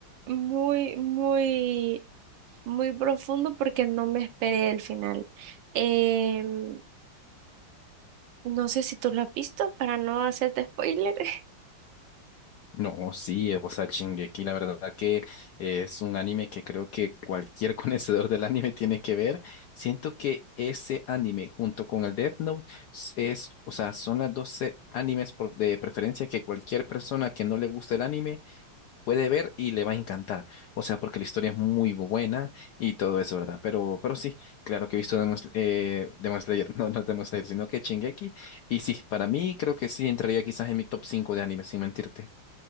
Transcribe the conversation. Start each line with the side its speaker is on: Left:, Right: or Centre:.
Right: muy, muy muy profundo porque no me esperé el final. Em, no sé si tú lo has visto para no hacerte spoiler. <laughs>
Left: No, sí, eh, o sea, Shingeki, la verdad que es un anime que creo que cualquier <laughs> conocedor del anime tiene que ver. Siento que ese anime junto con el Death Note s- es, o sea, son las dos se- animes por- de preferencia que cualquier persona que no le guste el anime puede ver y le va a encantar. O sea, porque la historia es muy buena y todo eso, ¿verdad? Pero, pero sí, claro que he visto Demon, Sl- eh, Demon Slayer, <laughs> no, no Demon Slayer, sino que Shingeki. Y sí, para mí creo que sí entraría quizás en mi top 5 de animes, sin mentirte.